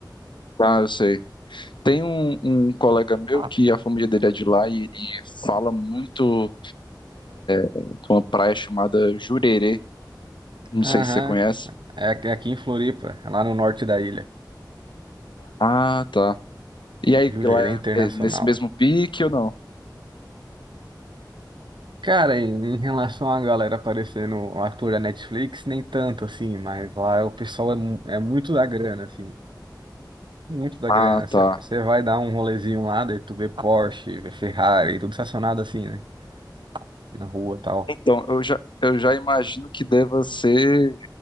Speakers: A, on the left; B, on the right.
A: tá, eu sei. Tem um, um colega meu
B: Ah,
A: que a família dele é de lá e, ele fala muito de uma praia chamada Jurerê. Não
B: Aham,
A: sei se você conhece.
B: é aqui é aqui em Floripa, é lá no norte da ilha.
A: Ah, tá. E aí,
B: Jurerê
A: ela é
B: Internacional.
A: é nesse mesmo pique ou não?
B: Cara, em em relação à galera aparecendo um ator da Netflix, nem tanto assim, mas lá o pessoal é, mu- é muito da grana, assim. Muito da
A: Ah,
B: grana. Você
A: tá.
B: vai dar um rolezinho lá, daí tu vê Porsche, vê Ferrari, tudo estacionado assim, né? Na rua e tal.
A: Então, eu já, eu já imagino que deva ser